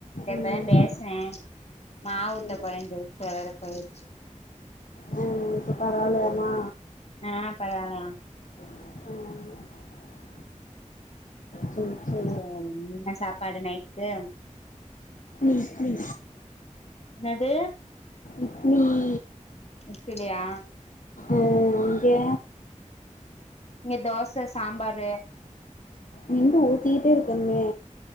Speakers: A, on the left; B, on the left.
A: எப்பதா
B: ம்
A: பேசினே மா
B: சேரி
A: ஊத்த போரன் சொல்லிச்சு அதோட போயிச்சு
B: ஆ இப்ப பரவால்லையமா
A: ம் ஆ பரவாலயா
B: ம் சேரி சேரி
A: சேரி என்ன சாப்பாடு நைட்டுக்கு
B: இட்லி
A: என்னாது
B: இட்லீ
A: இட்டுலியா
B: ஆ அங்கே
A: இங்க தோச சாம்பாரு
B: நின்டு ஊத்திட்டே இருக்கனுமே